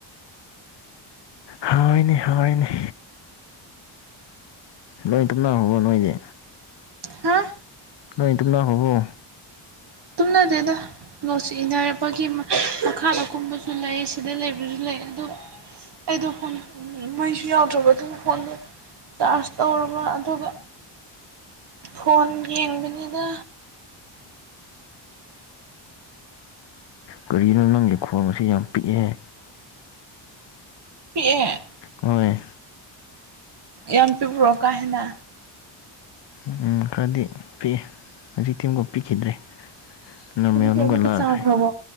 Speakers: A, on the left; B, on the right.
A: ꯍꯥꯎꯋꯤꯅꯦ ꯍꯥꯎꯔꯦꯅꯦ ꯂꯣꯏ ꯇꯨꯝꯅꯈꯔꯥꯕꯣ ꯅꯣꯏꯗꯤ
B: ꯍꯥ
A: ꯂꯣꯏ ꯇꯨꯝꯅꯈꯔꯥꯕꯣ
B: ꯇꯨꯝꯅꯗꯦꯗ ꯅꯣꯠꯁ ꯏꯅꯔꯛꯄꯒꯤ ꯃꯈꯥꯗ ꯀꯨꯝꯕꯁꯨ ꯂꯩ ꯁꯤꯗ ꯂꯩꯕꯁꯨ ꯂꯩ ꯑꯗꯣ ꯑꯩꯗꯣ ꯐꯣꯟ ꯃꯩꯁꯨ ꯌꯥꯎꯗ꯭ꯔꯥꯕ ꯑꯗꯨ ꯐꯣꯟꯗꯣ ꯆꯥꯔꯁ ꯇꯧꯔꯨꯕ ꯑꯗꯨꯒ ꯐꯣꯟ ꯌꯦꯡꯕꯅꯤꯅ
A: ꯀꯔꯤꯒꯤꯅꯣ ꯅꯪꯒꯤ ꯈꯣꯟꯁꯦ ꯌꯥꯝ ꯄꯤꯛꯑꯦ
B: ꯄꯤꯛꯑꯦ
A: ꯍꯣꯏ
B: ꯌꯥꯝ ꯄꯤꯛꯄ꯭ꯔꯣ ꯀꯥ ꯍꯦꯟꯅ
A: ꯎꯝ ꯈꯔꯗꯤ ꯄꯤꯑꯦ ꯍꯧꯖꯤꯛꯇꯤ ꯑꯃꯨꯛ ꯄꯤꯈꯤꯗ꯭ꯔꯦ ꯅꯣꯔꯃꯦꯟ
B: ꯍꯧꯖꯤꯛꯇꯤ
A: ꯅꯨꯡꯒ
B: ꯑꯃꯨꯛꯀ
A: ꯂꯥꯛꯈ꯭ꯔꯦ
B: ꯆꯥꯎꯈ꯭ꯔꯕꯣ